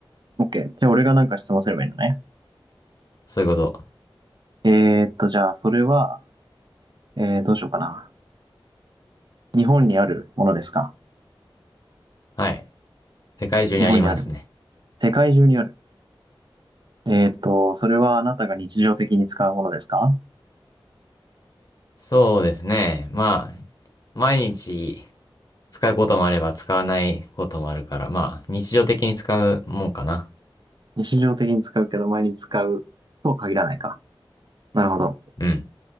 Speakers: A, on the right (about 55°); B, on the left (about 50°).
A: オッケー。じゃあ俺がなんか質問すればいいのね。
B: そういうこと。
A: えーっと、じゃあそれは、えー、どうしようかな。日本にあるものですか
B: はい。世界中にありますね。
A: 日本にある。世界中にある。えーっと、それはあなたが日常的に使うものですか
B: そうですね。まあ、毎日、使うこともあれば使わないこともあるから、まあ、日常的に使うもんかな。
A: 日常的に使うけど毎日使うとは限らないか。なるほど。
B: うん。